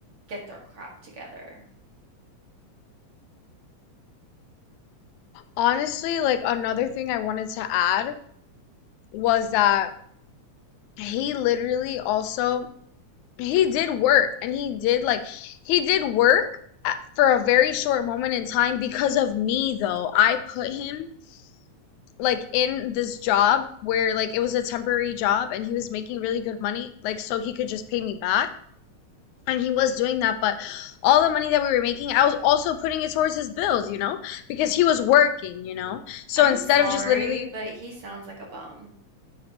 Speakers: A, on the right; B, on the left.
A: get their crap together.
B: Honestly, like another thing I wanted to add was that he literally also he did work and he did like he did work for a very short moment in time because of me though. I put him like in this job where like it was a temporary job and he was making really good money like so he could just pay me back. And he was doing that, but all the money that we were making, I was also putting it towards his bills, you know, because he was working, you know. So
A: I'm
B: instead
A: sorry,
B: of just literally,
A: but he sounds like a bum.